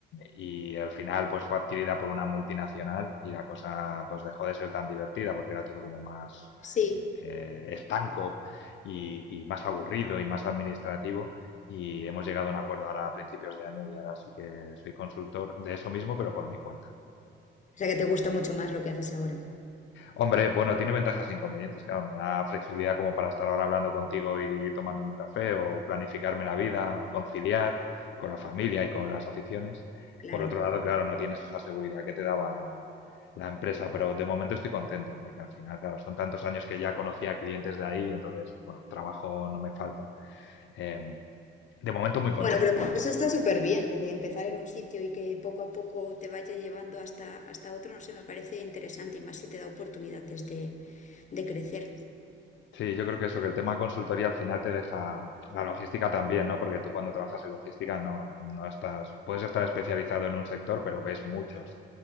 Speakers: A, on the left; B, on the left.
A: y al final pues fue adquirida por una multinacional y la cosa pues dejó de ser tan divertida porque era todo como más
B: Sí,
A: eh, eh, estanco y, y más aburrido y más administrativo y hemos llegado a un acuerdo ahora a principios de año y ahora sí que soy consultor de eso mismo pero por mi cuenta.
B: O sea que te gusta mucho más lo que haces ahora.
A: Hombre, bueno, tiene ventajas e inconvenientes. Claro, me da flexibilidad como para estar ahora hablando contigo y tomándome un café, o planificarme la vida, o conciliar con la familia y con las aficiones.
B: Claro.
A: Por otro lado, claro, no tienes esa seguridad que te daba la empresa, pero de momento estoy contento porque al final, claro, son tantos años que ya conocía clientes de ahí, entonces, bueno, trabajo no me falta. Em, de momento muy contento.
B: Bueno, pero eso está súper bien, lo de empezar en un sitio y que poco a poco te vaya llevando hasta, hasta otro, no sé, me parece interesante y más si te da oportunidades de, de crecer.
A: Sí, yo creo que eso, que el tema consultoría al final te deja la logística también, ¿no? Porque tú cuando trabajas en logística no, no estás, puedes estar especializado en un sector, pero ves muchos.